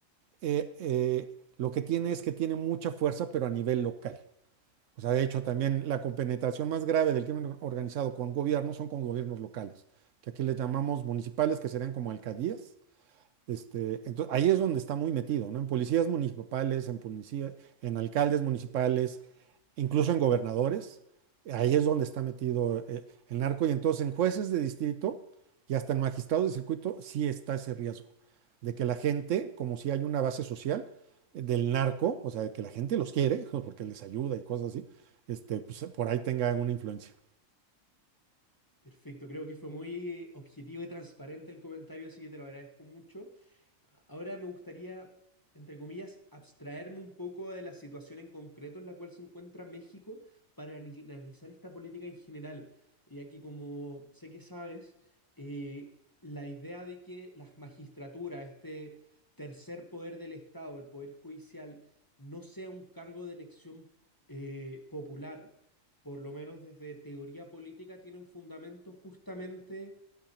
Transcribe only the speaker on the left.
Perfecto, creo que fue muy eh, objetivo y transparente el comentario, así que te lo agradezco mucho. Ahora me gustaría, entre comillas, abstraerme un poco de la situación en concreto en la cual se encuentra México para ani- analizar esta política en general, ya que como sé que sabes, eh, la idea de que las magistraturas, este tercer poder del Estado, el poder judicial, no sea un cargo de elección eh, popular por lo menos desde teoría política, tiene un fundamento justamente